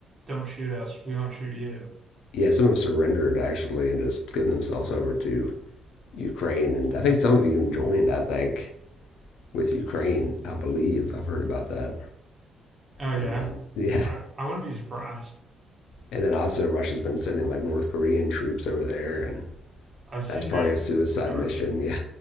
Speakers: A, on the right (about 35°); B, on the left (about 80°).
A: don't shoot us. We won't shoot you."
B: Yeah, some have surrendered actually and just given themselves over to Ukraine, and I think some have even joined. I think with Ukraine, I believe. I've heard about that.
A: Oh yeah.
B: And then, <laughs> yeah.
A: I I wouldn't be surprised.
B: And then also, Russia's been sending like North Korean troops over there, and
A: I've seen
B: that's probably
A: that
B: a suicide
A: start
B: mission.
A: to
B: <laughs> Yeah.